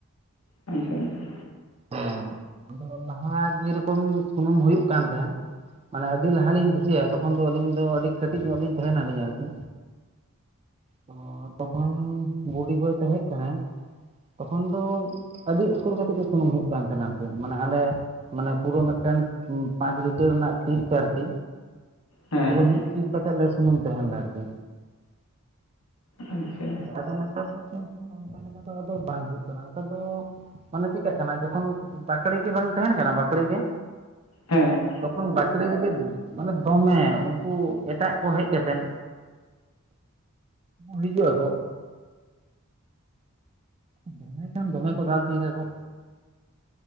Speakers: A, on the left; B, on the right.
A: ᱟᱪᱷᱟ-ᱟᱪᱷᱟ
B: ᱦᱮᱸ ᱟᱫᱚ ᱞᱟᱦᱟ ᱡᱮ ᱨᱮᱠᱚᱢ ᱥᱩᱱᱩᱢ ᱦᱩᱭᱩᱜ ᱠᱟᱱ ᱛᱟᱦᱮᱸᱱ ᱢᱟᱱᱮ ᱟᱹᱰᱤ ᱞᱟᱦᱟ ᱞᱤᱧ ᱵᱷᱤᱡᱟᱹᱭᱟ ᱛᱚᱠᱷᱚᱱ ᱫᱚ ᱟᱹᱞᱤᱧ ᱫᱚ ᱟᱹᱰᱤ ᱠᱟᱹᱴᱤᱡ ᱧᱚᱜ ᱞᱤᱧ ᱛᱟᱦᱮᱸᱱᱟ ᱞᱤᱧ ᱟᱨᱠᱤ ᱛᱚ ᱛᱚᱠᱷᱚᱱ ᱵᱩᱰᱤᱜᱚᱭ ᱛᱟᱦᱮᱸ ᱠᱟᱱᱟ᱾ ᱛᱚᱠᱷᱚᱱ ᱫᱚ ᱟᱹᱰᱤ ᱩᱛᱟᱹᱨ ᱠᱟᱛᱮᱜ ᱜᱮ ᱥᱩᱱᱩᱢ ᱦᱩᱭᱩᱜ ᱠᱟᱱ ᱛᱟᱦᱮᱸᱱᱟ ᱟᱨᱠᱤ ᱢᱟᱱᱮ ᱟᱞᱮ ᱢᱟᱱᱮ ᱯᱩᱨᱟᱹ ᱢᱤᱫᱴᱮᱱ ᱯᱟᱸᱪ ᱞᱤᱴᱟᱨ ᱨᱮᱱᱟᱜ ᱯᱤᱥ ᱛᱮ ᱟᱨᱠᱤ
A: ᱦᱮᱸ
B: ᱯᱩᱨᱟᱹ ᱢᱤᱫ ᱴᱤᱧ ᱠᱟᱛᱮᱜ ᱞᱮ ᱥᱩᱱᱩᱢ ᱛᱟᱦᱮᱸᱱᱟ ᱟᱨᱠᱤ
A: ᱟᱪᱪᱷᱟ
B: ᱟᱫᱚ ᱱᱮᱛᱟᱨ ᱫᱚ ᱚᱱᱠᱟ ᱞᱮᱠᱟ ᱫᱚ ᱟᱫᱚ ᱵᱟᱝ ᱦᱩᱭᱩᱜ ᱠᱟᱱᱟ ᱚᱱᱠᱟ ᱫᱚ ᱢᱟᱱᱮ ᱪᱮᱠᱟᱜ ᱠᱟᱱᱟ ᱡᱚᱠᱷᱚᱱ ᱵᱟᱠᱲᱮ ᱜᱮ ᱵᱟᱝ ᱛᱟᱦᱮᱸᱱ ᱠᱟᱱᱟ ᱵᱟᱠᱲᱮ ᱜᱮ
A: ᱦᱮᱸ
B: ᱛᱚᱠᱷᱚᱱ ᱵᱟᱹᱠᱲᱮ ᱨᱮᱜᱮ ᱢᱟᱱᱮ ᱫᱚᱢᱮ ᱩᱱᱠᱩ ᱮᱴᱟᱜ ᱠᱚ ᱦᱮᱡ ᱠᱟᱛᱮᱱ ᱦᱤᱡᱩᱜ ᱟᱠᱚ ᱫᱚᱢᱮ ᱠᱷᱟᱱ ᱫᱚᱢᱮ ᱠᱚ ᱫᱟᱞ ᱛᱤᱭᱩᱜ ᱜᱮᱭᱟ ᱠᱚ